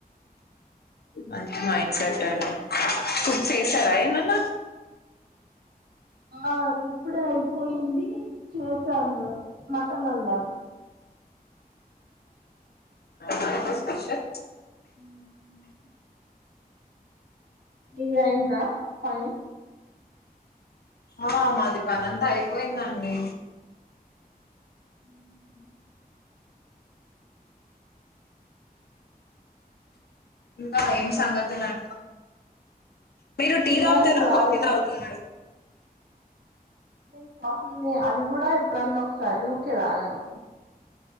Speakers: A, on the left; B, on the right.
A: మంచి మైండ్ సెట్ అండి ఫుడ్ చేసారా ఏమైనా
B: ఆ ఇప్పుడే అయిపోయింది చేసాము మటన్ వండాం
A: నైట్ ఏ స్పెషక్
B: మ్మ్ మ్మ్ మీది అయిందా పని
A: ఆ మాది పని అంతా అయిపోయిందండి
B: ఉహు
A: ఇంకా ఏం సంగతులు అండి మీరు టీ
B: ఇలాంటివి
A: తాగుతారా
B: బాగా
A: కాఫీ
B: చేస్తాను
A: తాగుతారా
B: నేన్ కాఫీ నే అది కూడా ఎప్పుడన్న ఒకసారి ఊరికే తాగను